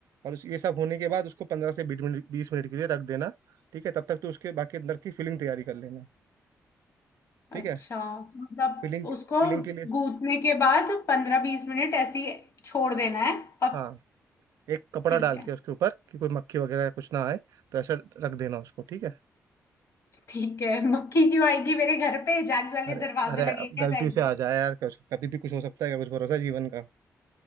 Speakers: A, on the right; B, on the left.
A: और इस- ये सब होने के बाद उसको पंद्रह से बीस मिनट बीस मिनट के लिए रख देना ठीक है तब तक तो उसके बाकी अंदर की फिलिंग तैयारी कर लेना ठीक
B: है। अच्छा
A: है
B: तो मतलब
A: फिलिंग
B: उसको
A: फिलिंग के लिए
B: गूंथने के बाद पंद्रह बीस मिनट ऐसे ही छोड़ देना है अब
A: हाँ एक कपड़ा
B: ठीक
A: डाल
B: है
A: के उसके ऊपर कि कोई मक्खी वगैरह कुछ ना आए तो ऐसा रख देना उसको ठीक है
B: ठीक है मक्खी क्यों आएगी मेरे घर पे जाली वाले
A: अरे
B: दरवाजे
A: अरे
B: लगे
A: अब
B: कैसे
A: गलती
B: आएगी
A: से आ जाए यार कुछ कभी भी कुछ हो सकता है क्या कुछ भरोसा है जीवन का